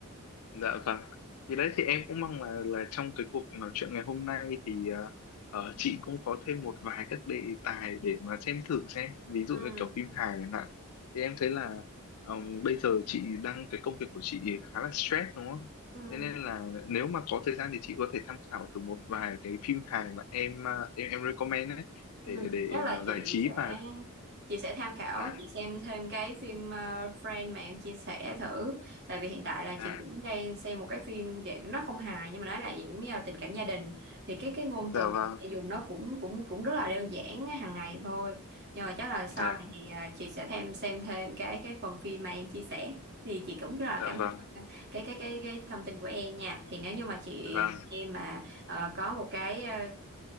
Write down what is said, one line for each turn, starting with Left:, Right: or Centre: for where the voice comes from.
Left: dạ vâng thì đấy thì em cũng mong là là trong cái cuộc nói chuyện ngày hôm nay thì ờ, ờ, chị cũng có thêm một vài các đề tài để mà xem thử xem ví
Right: Ừ.
Left: dụ như kiểu phim hài chẳng hạn thì em thấy là ờm, bây giờ chị đang cái công việc của chị khá là stress đúng không
Right: Ừ.
Left: thế nên là nếu mà có thời gian thì chị có thể tham khảo thử một vài cái phim hài mà em ờ, em em recommend đấy để
Right: Ừ,
Left: để
Right: chắc là
Left: ờ,
Right: chị
Left: giải trí
Right: sẽ
Left: và
Right: chị sẽ tham khảo
Left: dạ
Right: chị xem thêm cái phim ờ, Friend mà em chia sẻ thử tại vì hiện tại là
Left: dạ
Right: chị cũng đang xem một cái phim dạng nó không hài nhưng mà nó là dạng như là tình cảm gia đình thì cái cái ngôn
Left: dạ
Right: từ
Left: vâng
Right: chị dùng nó cũng cũng cũng rất là đơn giản á, hàng ngày thôi nhưng mà chắc là sau
Left: dạ
Right: này thì ờ, chị sẽ thêm xem thêm cái cái phần phim mà em chia sẻ thì chị cũng rất là
Left: dạ
Right: cảm
Left: vâng
Right: ơn cái cái cái cái thông tin của em nha thì nếu như mà chị
Left: vâng
Right: em mà ờ, có một cái ờ,